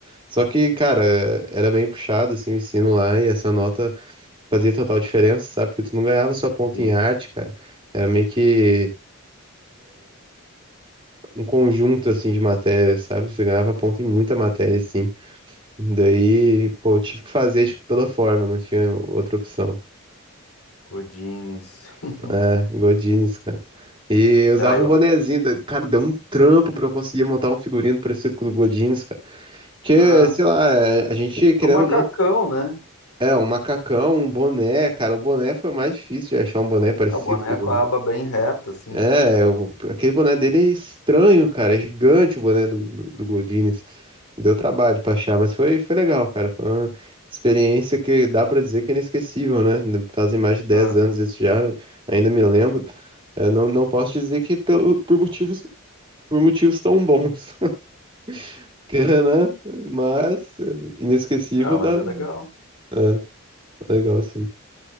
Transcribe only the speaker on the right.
Só que, cara, era bem puxado assim o ensino lá e essa nota fazia total diferença, sabe? Porque tu não ganhava só ponto
em arte, cara. Era meio que um conjunto, assim, de matérias, sabe? Você ganhava ponto em muita matéria, assim. Daí, pô, eu tive que fazer de toda forma, não tinha outra opção.
É, Godinez, cara. E eu usava
um bonezinho,
da- cara, deu um trampo pra eu conseguir montar um figurino parecido com o do Godinez, cara. Porque,
sei lá, é, a gente, querendo
ou não,
é, um macacão, um boné, cara, o boné foi mais difícil de achar um boné parecido
com o
É, o- aquele boné dele é estranho, cara. É gigante o boné do, do, do Godinez. Deu trabalho pra achar, mas foi, foi legal, cara. Foi uma experiência que dá pra dizer que é inesquecível, né? Fazem mais de dez
anos isso já, ainda me lembro.
Eu não, não posso dizer que pelo, por motivos, por motivos tão bons, <laughs> que, né? Mas é, inesquecível
dá.
É, legal, sim.